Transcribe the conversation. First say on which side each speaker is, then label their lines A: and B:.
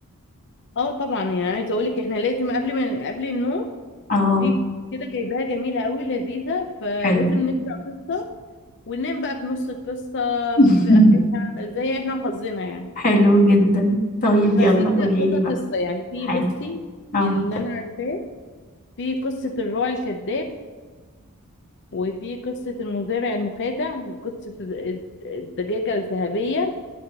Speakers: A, on the left; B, on the left.
A: اه طبعا يعني عايزه اقول لك احنا لازم قبل ما قبل النوم
B: اه
A: في كده جايباها جميله قوي لذيذه فلازم
B: حلو
A: نقرا قصه وننام بقى في نص القصه
B: <laughs>
A: في اخرها زي احنا حظنا يعني
B: حلو جدا طيب
A: ففي
B: يلا
A: ك-
B: قولي
A: كذا
B: لي بقى
A: قصه يعني في
B: حلو
A: بصي
B: اه
A: اللي انا عارفاه في قصه الراعي الكذاب وفي قصه المزارع المخادع وقصه الد- الدجاجه الذهبيه